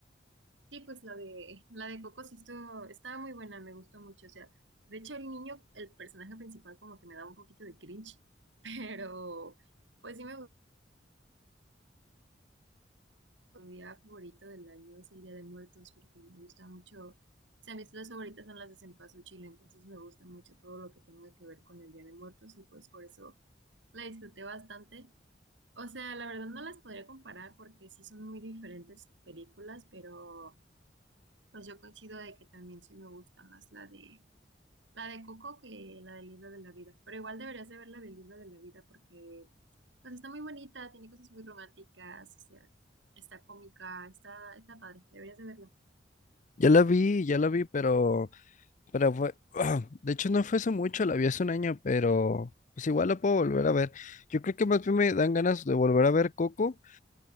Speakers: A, on the right (about 85°); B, on the left (about 45°).
A: Sí, pues la de la de Coco sí estuvo, estaba muy buena, me gustó mucho. O sea, de hecho el niño, el personaje principal como que me daba un poquito de cringe, <laughs> pero pues sí me gustó. Mi día favorito del año es el Día de Muertos porque me gusta mucho. O sea, mis tres favoritas son las de Cempasúchil, Chile, entonces me gusta mucho todo lo que tenga que ver con el Día de Muertos y pues por eso la disfruté bastante. O sea, la verdad no las podría comparar porque sí son muy diferentes películas, pero pues yo coincido de que también sí me gusta más la de La de Coco que la del libro de la vida. Pero igual deberías de ver la del libro de la vida porque pues está muy bonita, tiene cosas muy románticas, o sea, está cómica, está, está padre, deberías de verla.
B: Ya la vi, ya la vi, pero... Pero fue, <clears throat> de hecho no fue hace mucho, la vi hace un año, pero pues igual la puedo volver a ver. Yo creo que más bien me dan ganas de volver a ver Coco,